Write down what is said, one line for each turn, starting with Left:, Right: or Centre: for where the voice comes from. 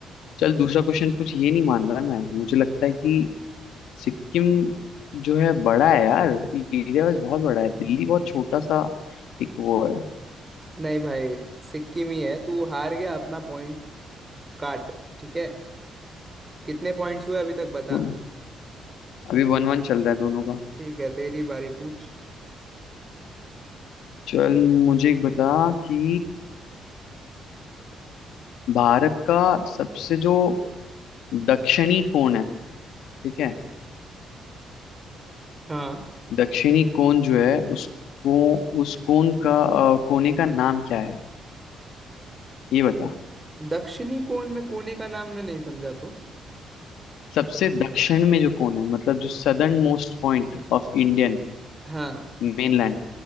Left: चल दूसरा क्वेश्चन पूछ ये नहीं मान रहा मैं मुझे लगता है कि सिक्किम जो है बड़ा है यार एरिया वाइज बहुत बड़ा है दिल्ली बहुत छोटा सा एक वो है
Right: नहीं भाई सिक्किम ही है तू हार गया अपना पॉइंट काट ठीक है कितने पॉइंट्स हुए अभी तक बता
Left: तो अभी वन वन चल रहा है दोनों का
Right: ठीक है तेरी बारी पूछ
Left: चल मुझे एक बता कि भारत का सबसे जो दक्षिणी कोण है ठीक है
Right: हाँ
Left: दक्षिणी कोण जो है उसको उस कोण का अ, कोने का नाम क्या है ये बता
Right: दक्षिणी कोण में कोने का नाम मैं नहीं समझा ब्रो
Left: सबसे दक्षिण में जो कोण है मतलब जो southern most point of Indian
Right: हाँ
Left: mainland